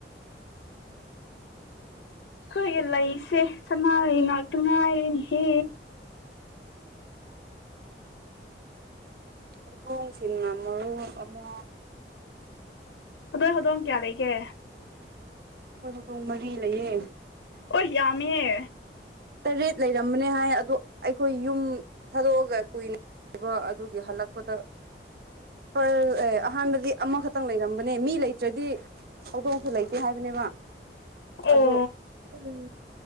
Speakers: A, on the left (about 80°); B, on the right (about 55°).
A: ꯈꯣꯏꯒꯤꯂꯩ ꯁꯦ꯫ ꯁꯅꯔꯩ ꯉꯥꯛꯇꯉꯥꯏꯔꯅꯦ ꯍꯦ꯫
B: ꯍꯧꯗꯣꯡ ꯁꯤꯡꯅ ꯃꯔꯣꯟ ꯑꯃ꯫
A: ꯑꯗꯣꯢ ꯍꯧꯗꯣꯡ ꯀꯌꯥ ꯂꯩꯒꯦ꯫
B: ꯑꯈꯣꯏ ꯍꯧꯗꯣꯡ ꯃꯔꯤ ꯂꯩꯌꯦ꯫
A: ꯑꯣꯢ ꯌꯥꯝꯃꯤꯍꯦ꯫
B: ꯇꯔꯦꯠ ꯂꯩꯔꯝꯕꯅꯦ ꯍꯥꯏ ꯑꯗꯣ ꯑꯩꯈꯣꯏ ꯌꯨꯝ ꯊꯥꯗꯣꯛꯑꯒ ꯀꯨꯏꯅ꯫ ꯕ ꯑꯗꯨꯒꯤ ꯍꯜꯂꯛꯄꯗ ꯐꯔꯦ ꯑꯦ ꯑꯍꯥꯟꯕꯗꯤ ꯑꯃꯈꯛꯇꯪ ꯂꯩꯔꯝ ꯕꯅꯦ ꯃꯤ ꯂꯩꯇ꯭ꯔꯗꯤ ꯍꯧꯗꯣꯡꯁꯨ ꯂꯩꯇꯦ ꯍꯥꯏꯕꯅꯦꯕ
A: ꯑꯣ
B: ꯑꯗꯣ꯫ ꯎꯝ